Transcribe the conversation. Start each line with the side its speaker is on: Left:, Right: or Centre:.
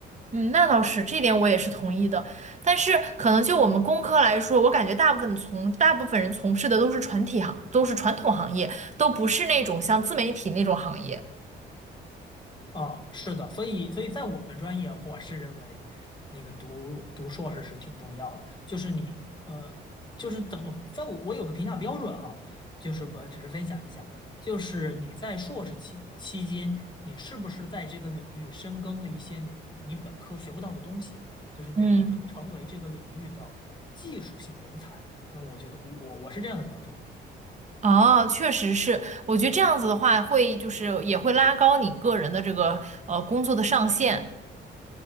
Right: 嗯，那倒是，这点我也是同意的。但是可能就我们工科来说，我感觉大部分从大部分人从事的都是传体行，都是传统行业，都不是那种像自媒体那种行业。
Left: 啊，是的，所以所以在我们专业，我是认为那个读读硕士是挺重要的，就是你呃，就是怎么，在我我有个评价标准哈，就是我只是分享一下，就是你在硕士期期间，你是不是在这个领域深耕了一些你你本科学不到的东西，就是你你能成为这个领域的技术性人才，
Right: 嗯。
Left: 那我觉得我我是这样的标准，
Right: 哦，确实是，我觉得这样子的话，会就是也会拉高你个人的这个呃工作的上限，